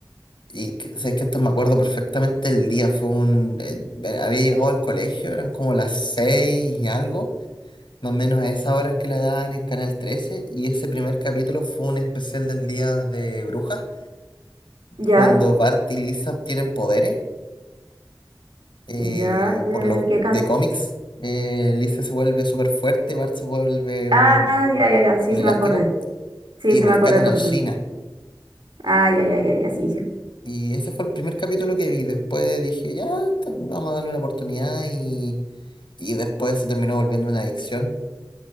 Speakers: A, on the left; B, on the right.
A: y que- sé que esto me acuerdo perfectamente el día. Fue un... eh, había llegado al colegio, eran como las seis y algo, más o menos a esas horas que la daban en Canal trece Y ese primer capítulo fue un especial del Día de Brujas,
B: ya,
A: cuando Bart y Lisa obtienen poderes. eh,
B: ya, que,
A: por los
B: que
A: de
B: ca-
A: cómics. Eh, Lisa se vuelve súper fuerte, Bart se vuelve un,
B: Ah, ya, ya, ya, sí,
A: un
B: sí
A: elástico
B: me acordé. Sí,
A: y
B: sí
A: rescatan
B: me acordé del capítulo.
A: a Gina.
B: Ah, ya, ya, ya, ya, sí, sí.
A: Y ese fue el primer capítulo que vi. Después dije, ya, t- vamos a darle una oportunidad y, y después se terminó volviendo una adicción.